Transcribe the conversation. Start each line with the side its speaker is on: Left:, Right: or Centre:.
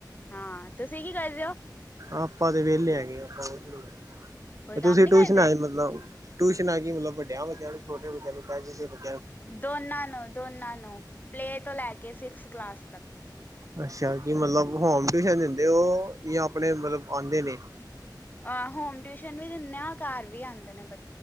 Left: ਹਾਂ, ਤੁਸੀਂ ਕੀ ਕਰਦੇ ਓ
Right: ਆਪਾਂ ਤੇ ਵਿਹਲੇ ਹੈਗੇ, ਆਪਾਂ ਨੂੰ ਹੋਰ ਕੇੜੀ
Left: ਕੋਈ
Right: ਗੱਲ, ਤੁਸੀਂ
Left: ਕੰਮ ਨੀ
Right: ਟਿਊਸ਼ਨ
Left: ਕਰਦੇ?
Right: ਆਏ ਮਤਲਬ ਟਿਊਸ਼ਨ ਆ ਗਈ ਮਤਲਬ ਵੱਡਿਆਂ ਬੱਚਿਆਂ ਨੂੰ, ਛੋਟੇ‌ ਬੱਚਿਆਂ ਨੂੰ ਕਢ ਕੇ
Left: ਦੋਨਾਂ ਨੂੰ, ਦੋਨਾਂ ਨੂੰ ਪਲੇ ਤੋਂ ਲੈ ਕੇ ਸਿਕਸ ਕਲਾਸ ਤੱਕ
Right: ਅੱਛਾ ਕੀ, ਮਤਲਬ ਹੋਮ ਟਿਊਸ਼ਨ ਦਿੰਦੇ ਉਹ, ਜਾਂ ਆਪਣੇ, ਮਤਲਬ ਆਂਉਦੇ ਨੀ
Left: ਅਹ, ਹੋਮ ਟਿਊਸ਼ਨ ਵੀ ਦਿੰਦੇ ਆਂ, ਘਰ ਵੀ ਆਂਦੇ ਨੇ ਬ